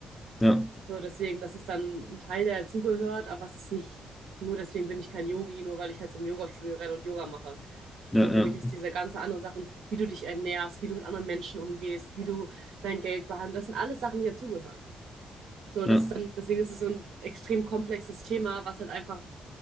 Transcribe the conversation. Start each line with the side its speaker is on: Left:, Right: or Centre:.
Left: Ja,
Right: So deswegen, das ist dann ein Teil, der dazugehört, aber es ist nicht, nur deswegen bin ich kein Yogi, nur weil ich halt zum Yoga-Studio renne und Yoga mache.
Left: ja,
Right: So für
Left: ja.
Right: mich ist diese ganze anderen Sachen, wie du dich ernährst, wie du mit anderen Menschen umgehst, wie du dein Geld behandelst, das sind alles Sachen, die dazugehören. So, und
Left: Ja.
Right: das ist dann, deswegen ist es so ein extrem komplexes Thema, was halt einfach,